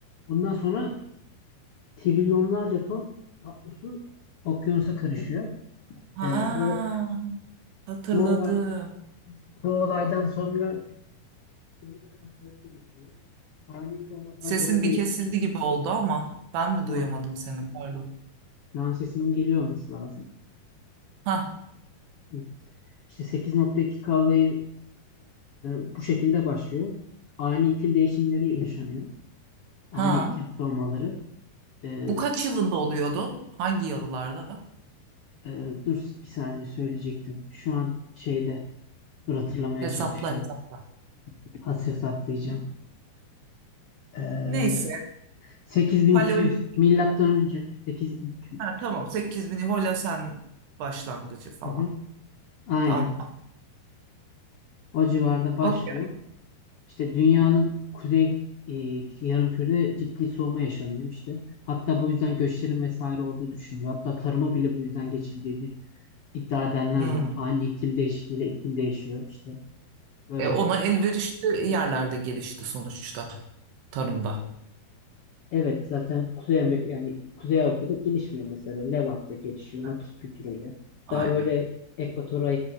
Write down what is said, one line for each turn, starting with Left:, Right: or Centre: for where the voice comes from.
Left: Ondan sonra trilyonlarca ton tatlı su okyanusa karışıyor.
Right: Ha,
Left: E, bu
Right: hatırladım.
Left: Bu olay, bu olaydan sonra deniz akıntıları değişiyor. Ani soğumadan
Right: Sesin
Left: dolayı
Right: bir kesildi gibi oldu ama ben mi duyamadım
Left: ha,
Right: seni pardon.
Left: şu an sesimin geliyor olması lazım.
Right: Ha
Left: Hı. İşte 8.2 kalaydan bu şekilde başlıyor. Ani iklim değişimleri yaşanıyor. Ani
Right: ha.
Left: iklim soğumaları. E,
Right: Bu kaç yılında oluyordu? Hangi yıllarda?
Left: e, dur bir saniye söyleyecektim. Şu an şeyde dur hatırlamaya
Right: Hesapla
Left: çalışıyorum.
Right: hesapla.
Left: Az hesaplayacağım. E,
Right: Neyse.
Left: 8200
Right: Paleolitik.
Left: milattan önce 8200.
Right: Ha, tamam 8000 Hola sen başlangıcı falan.
Left: Hı hı. Aynen.
Right: Tamam.
Left: O civarda başlıyor.
Right: Okey.
Left: İşte dünyanın kuzey e, yarımkürede ciddi soğuma yaşanıyor işte. Hatta bu yüzden göçlerin vesaire olduğu düşünülüyor. Hatta tarıma bile bu yüzden geçildiğini iddia edenler
Right: Hmm.
Left: var. Ani iklim değişikliğiyle iklim değişiyor işte böyle.
Right: E, ona elverişli yerlerde gelişti sonuçta tarımda.
Left: Evet zaten Kuzey Amer- yani Kuzey Avrupa'da gelişmiyor mesela. Levant'ta gelişiyor Natus
Right: Evet.
Left: kültürüyle.
Right: Aynen.
Left: Daha böyle ekvatora